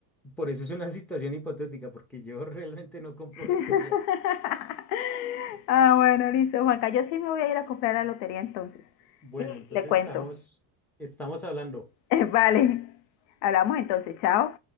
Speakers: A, in the centre; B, on the left (about 80°).
A: Por eso es una situación hipotética, porque yo <laughs> realmente no compro
B: <laughs>
A: peluquería.
B: Ah, bueno, listo, Juanca. Yo sí me voy a ir a comprar la lotería entonces.
A: Bueno,
B: Y
A: entonces
B: le cuento.
A: estamos, estamos hablando.
B: <laughs> Vale. Hablamos entonces. Chao.